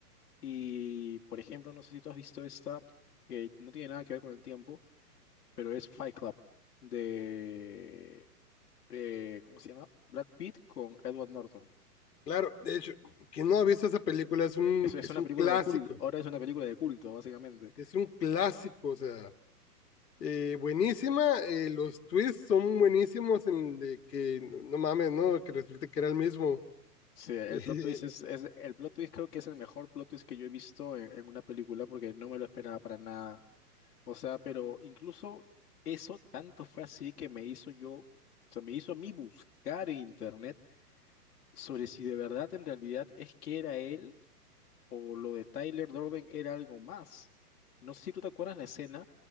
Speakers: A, on the left (about 70°); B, on the left (about 80°).
A: Y, por ejemplo, no sé si tú has visto esta, que no tiene nada que ver con el tiempo, pero es Fight Club de eh, ¿cómo se llama? Brad Pitt con Edward Norton.
B: claro, de hecho, quien no ha visto esa película es un,
A: Es, es
B: es
A: una
B: un
A: película
B: clásico,
A: de culto, ahora es una película de culto, básicamente.
B: es un clásico, o sea. Eh, buenísima, eh, los twists son buenísimos en el de que, no mames, ¿no? Que resulte que era el mismo.
A: Sí, el
B: <laughs> Eh,
A: plot twist es, es- el plot twist creo que es el mejor plot twist que yo he visto en, en una película porque no me lo esperaba para nada. O sea, pero incluso eso tanto fue así que me hizo yo, o sea, me hizo a mí buscar en internet sobre si de verdad en realidad es que era él o lo de Tyler Durden era algo más. No sé si tú te acuerdas la escena